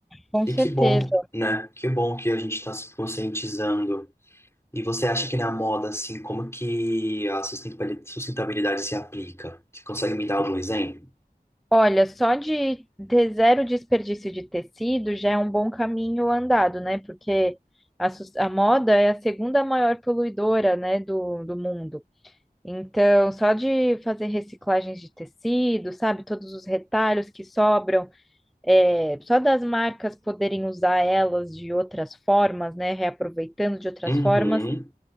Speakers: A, in the centre; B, on the left (about 15°).
A: Com
B: E
A: certeza.
B: que bom, né? Que bom que a gente está se conscientizando E você acha que na moda, assim, como que a sustentabilidade sustentabilidade se aplica? Você consegue me dar algum exemplo?
A: Olha, só de ter zero desperdício de tecido já é um bom caminho andado, né? Porque a, sus- a moda é a segunda maior poluidora, né, do, do mundo. Então, só de fazer reciclagens de tecido, sabe? Todos os retalhos que sobram, é, só das marcas poderem usar elas de outras formas, né? Reaproveitando de outras
B: Uhum.
A: formas